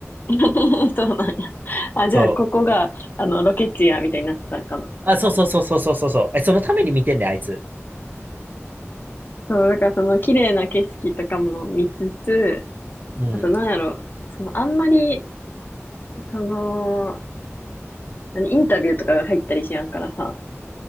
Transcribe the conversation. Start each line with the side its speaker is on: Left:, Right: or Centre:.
Left: <clears throat> そうなんや。あ、じゃあ、
Right: そう。
Left: ここが、あの、ロケ地や、みたいになってたんかな。
Right: あ、そうそうそうそうそうそうそう。え、そのために見てんだよ、あいつ。
Left: そう、だからその綺麗な景色とかも見つつ、
Right: うん。
Left: あとなんやろ、そのあんまり、その、何、インタビューとかが入ったりしやんからさ、